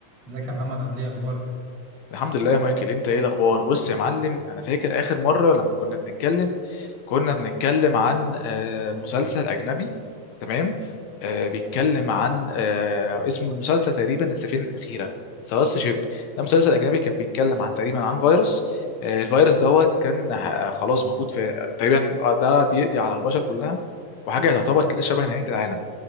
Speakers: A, on the right; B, on the left.
A: ازيك يا محمد عامل ايه اخبارك؟
B: الحمد لله يا مايكل انت ايه الاخبار بص يا معلم انا فاكر اخر مره لما كنا بنتكلم كنا بنتكلم عن آه، مسلسل اجنبي تمام آه، بيتكلم عن آه، اسمه المسلسل تقريبا السفينه الاخيره سلاس شيب ده مسلسل اجنبي كان بيتكلم عن تقريبا عن فيروس آه، الفيروس ده هو كان آه، خلاص موجود في تقريبا آه، ده بيقضي على البشر كلها وحاجه تعتبر كده شبه نهايه العالم